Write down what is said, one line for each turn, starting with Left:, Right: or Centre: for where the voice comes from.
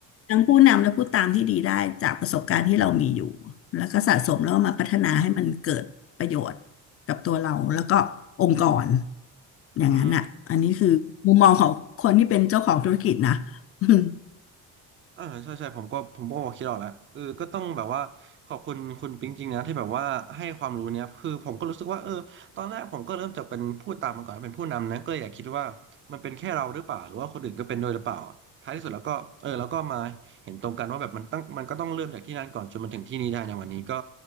Left: ทั้งผู้นำและผู้ตามที่ดีได้จากประสบการณ์ที่เรามีอยู่แล้วก็สะสมแล้วมาพัฒนาให้มันเกิดประโยชน์กับตัวเราแล้วก็องค์กรอย่างนั้นน่ะอันนี้คือมุมมองของคนที่เป็นเจ้าของธุรกิจนะ
Right: อืม
Left: <laughs> อืม
Right: เออใช่ใช่ผมก็ผมก็คิดออกแล้วเออก็ต้องแบบว่าขอบคุณคุณปิ๊งจริงนะที่แบบว่าให้ความรู้เนี้ยคือผมก็รู้สึกว่าเออตอนแรกผมก็เริ่มจากเป็นผู้ตามมาก่อนเป็นผู้นำนะก็เลยอยากคิดว่ามันเป็นแค่เราหรือเปล่าหรือว่าคนอื่นก็เป็นด้วยหรือเปล่าท้ายที่สุดแล้วก็เออแล้วก็มาเห็นตรงกันว่าแบบมันต้องมันก็ต้องเริ่มจากที่นั่นก่อนจนมาถึงที่นี่ได้ในวันนี้ก็